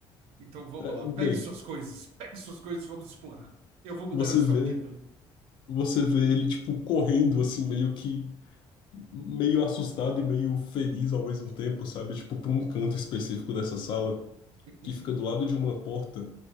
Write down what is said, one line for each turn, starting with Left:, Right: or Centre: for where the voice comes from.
Right: Então vamos
Left: É,
Right: lá, pegue
Left: Bem,
Right: suas coisas, pegue suas coisas e vamos explorar. Eu vou mudar
Left: você
Right: a sua
Left: vê,
Right: vida.
Left: você vê ele tipo correndo assim, meio que meio assustado e meio feliz ao mesmo tempo, sabe? Tipo para um canto específico dessa sala
Right: <laughs>
Left: que fica do lado de uma porta